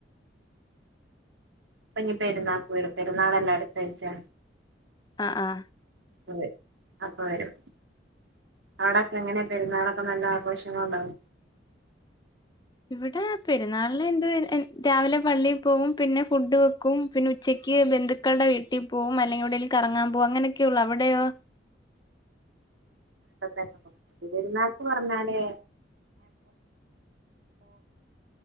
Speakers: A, on the right (about 85°); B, on the left (about 25°).
A: ഇപ്പനി പെരുന്നാക്കു വരും പെരുന്നാളല്ലെ അടുത്താഴ്ച്ചാ.
B: ആ അ
A: അപ്പവരും അപ്പ വരും അവിടോക്കെ എങ്ങനെ പെരുന്നാളൊക്കെ നല്ല ആഘോഷങ്ങളൊണ്ടാവോ?
B: ഇവിടെ പെരുന്നാളിനെന്ത് എൻ രാവിലെ പള്ളീ പോവും പിന്നെ ഫുഡ് വെക്കും പിന്നെ ഉച്ചക്ക് ബന്ധുക്കളുടെ വീട്ടി പോവും. അല്ലെങ്കി എവിടേലും കറങ്ങാൻ പോവും അങ്ങനൊക്കെയുള്ളു. അവിടെയോ?
A: <unintelligible> പെരുന്നാക്ക് പറഞ്ഞാൽ <inaudible>